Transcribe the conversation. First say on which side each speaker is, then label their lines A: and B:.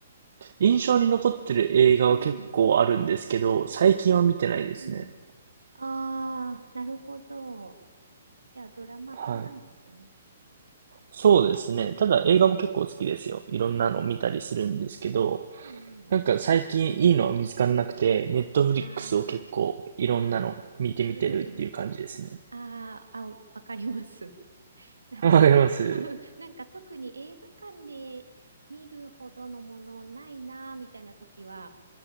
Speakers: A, on the right; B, on the right.
A: 印象に残ってる映画は結構あるんですけど、
B: うん、
A: 最近は見てないですね。
B: うん。ああ、なるほど。じゃあ、ドラマ派なんですね。
A: はい。そうですね。ただ映画も結構好きですよ。いろんなの見たりするんですけど、
B: うんうん
A: なんか最近いいのは見つからなくて、
B: う
A: ネットフリックスを結構いろんなの見てみてるっていう感じですね。
B: ん。ああ、<laughs> あーあ、わかります。<laughs>
A: <laughs>
B: なんか
A: わかります。
B: <laughs> なんか特に映画館で見るほどのものないなーみたいな時は、